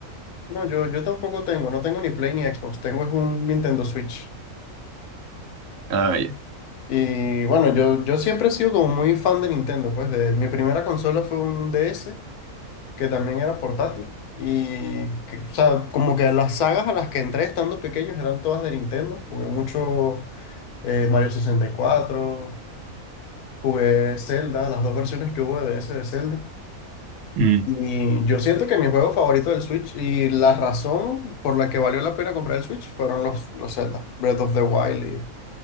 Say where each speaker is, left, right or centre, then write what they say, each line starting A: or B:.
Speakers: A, on the left; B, on the right.
A: No, yo, yo tampoco tengo, no tengo ni Play ni Xbox, tengo es un Nintendo Switch.
B: Ah, ya.
A: Y bueno, yo, yo siempre he sido como muy fan de Nintendo, pues de, mi primera consola fue un DS, que también era portátil. Y, que, o sea, como que las sagas a las que entré estando pequeños eran todas de Nintendo. Jugué mucho eh, Mario 64, Jugué Zelda, las dos versiones que hubo de ese de Zelda.
B: Mm,
A: Y yo siento que mi juego favorito del Switch y la razón por la que valió la pena comprar el Switch fueron los, los Zelda, Breath of the Wild